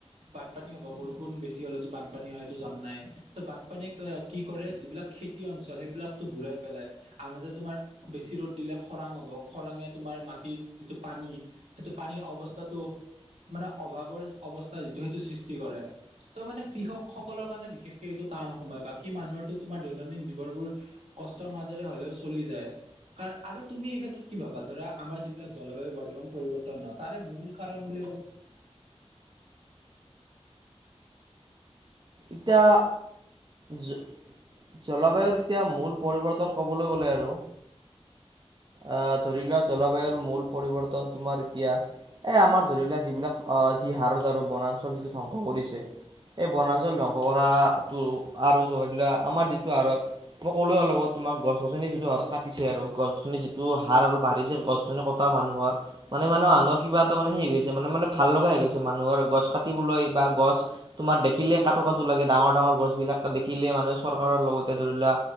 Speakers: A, on the right; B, on the right.
A: বানপানী হ'ব বৰষুণ বেছি হলেতো বানপানী হয়তো জাম নাই ত' বানপানীয়ে কি কৰে যিবিলাক খেতি অঞ্চল সেইবিলাকতো বূৰাই পেলাই আনহাতে তোমাৰ বেছি ৰ'দ দিলে খৰাং হ'ব খৰাঙে তোমাৰ মাটিৰ যিটো পানী সেইটো পানীৰ অৱস্থাটো মানে অভাৱৰ অৱস্থা যিটো সেইটো সৃষ্টি কৰে। তো মানে কৃষক সকলৰ কাৰণে বিশেষকে এইটো টান সময় বাকী মানুহৰো তোমাৰ দৈনন্দিন জীৱ বোৰ কষ্টৰ মাজেৰে হ'লেও চলি যায়। কাৰ আৰু তুমি এই ক্ষেত্ৰত কি ভাবা ধৰা আমাৰ যিবিলাক জলবায়ু বৰ্তমান পৰিৱৰ্তন নহয় তাৰে মূল কাৰণ বুলি ক'লে
B: ইতা জ জলবায়ুৰ এতিয়া মূল পৰিৱৰ্তন ক'বলৈ গ'লে আৰু আহ ধৰি লোৱা জলবায়ুৰ মূল পৰিৱৰ্তন তোমাৰ এতিয়া এ আমাৰ ধৰি লোৱা যিবিলাক যি হাৰত আৰু বনাঞ্চল যিটো ধ্বংস কৰিছে এই বনাঞ্চল ছত জলংঘ কৰা টো আৰু আমাৰ যিটো আঁৰত মই কলো অলপ আগত তোমাক গছ -গছনি যিটো হাৰত কাটিছে আৰু গছ-গছনি যিটো হাৰ আৰু বাঢ়িছে গছ-গছনি এটা মানুহৰ। মানে মানহ আনৰ কিবা এটা মানে হে গৈছে মানে মানে ভাল লগা হৈ গৈছে মানুহৰ গছ কাটিবলৈ বা গছ তোমাৰ দেখিলে কটো, কটো লাগে ডাঙৰ ডাঙৰ গছ বিলাক দেখিলে মানে চৰকাৰৰ লগতে ধৰি লোৱা